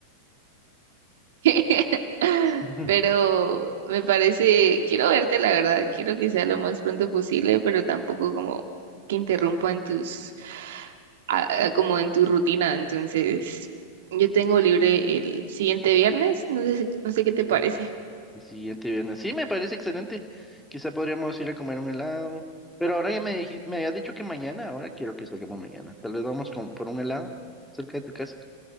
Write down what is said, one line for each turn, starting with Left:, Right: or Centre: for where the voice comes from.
Right: <laughs>
Centre: Ujú.
Right: Pero me parece, quiero verte, la verdad, quiero que sea lo más pronto posible, pero tampoco como que interrumpa en tus, a- a- como en tu rutina. Entonces, yo tengo libre el siguiente viernes, no sé, si- no sé qué te parece.
Centre: Mm, El siguiente viernes. Sí, me parece excelente. Quizá podríamos ir a comer un helado. Pero ahora ya me dijis- me habías dicho que mañana, ahora quiero que salgamos mañana. Tal vez vamos con, por un helado cerca de tu casa.